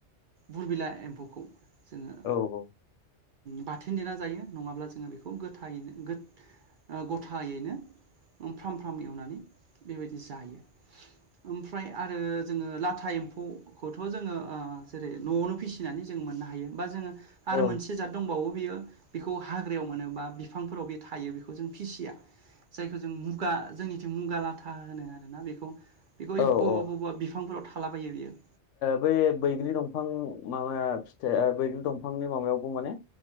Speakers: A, on the right; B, on the left.
A: बुरबिला एम्फौखौ जोङो
B: औ औ।
A: बाथोन देना जायो नङाब्ला जोङो बेखौ गोथैनो गथायैनो फ्राम फ्राम एवनानै बेबायदि जायो। ओमफ्राय आरो जोङो लाथा एम्फौखौथ' जोङो जेरै न'आवनो फिसि नानै मोननो हायो बा जोङो आरो
B: औ
A: मोनसे से जाद दंबावो बियो बेखौ हाग्रायाव मोनोबा बिफांफोराव बे थायो बेखौ जों फिसिया। जायखौ जों मुगा जोंनिथि मुगा लाथा होनो आरोना बेखौ। बेखौ बबेबा
B: औ औ ओ
A: बबा बिफांफोराव थालाबायो बियो
B: बै बैग्रि दंफां माबा फिथाइ बैग्रि दंफांनि माबायावबो माने